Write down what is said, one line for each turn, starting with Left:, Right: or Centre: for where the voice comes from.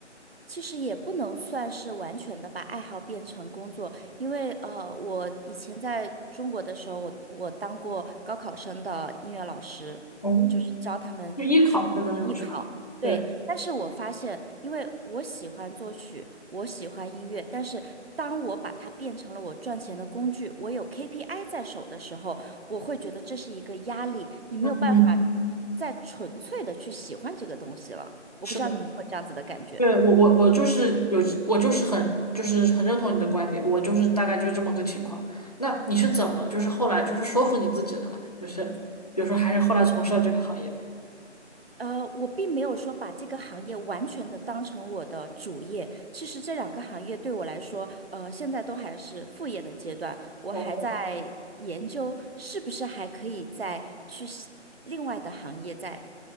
Right: 其实也不能算是完全的把爱好变成工作，因为呃，我以前在中国的时候，我我当过高考生的音乐老师，
Left: 哦，
Right: 就是教他们去艺考。
Left: 就艺考生的那种，是吧？
Right: 对，
Left: 对，
Right: 但是我发现，因为我喜欢作曲，我喜欢音乐，但是当我把它变成了我赚钱的工具，我有 KPI 在手的时候，我会觉得这是一个压力，你没有办法
Left: 嗯
Right: 再纯粹的去喜欢这个东西了。我不知道你有没有这样子的感觉。
Left: 是的，对，我我我就是有，我就是很就是很认同你的观点，我就是大概就是这么个情况。那你是怎么就是后来就是说服你自己的呢？就是比如说还是后来从事了这个行业。
Right: 呃，我并没有说把这个行业完全的当成我的主业。其实这两个行业对我来说，呃，现在都还是副业的阶段，我还在研究是不是还可以再去西另外的行业再
Left: 哦，